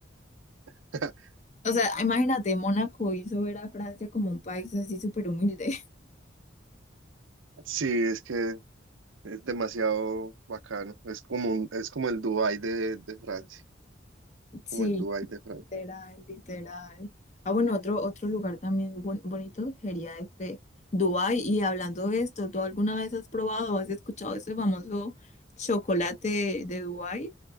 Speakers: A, on the right; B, on the left.
A: <laughs>
B: O sea, imagínate, Mónaco hizo ver a Francia como un país así súper humilde.
A: sí, es que es demasiado bacano. Es como un- es como el Dubái de, de Francia,
B: <laughs> Sí,
A: como el Dubái de Francia.
B: literal, literal. Ah, bueno, otro, otro lugar también bon- bonito sería este Dubái. Y hablando de esto, ¿tú alguna vez has probado o has escuchado ese famoso chocolate de Dubái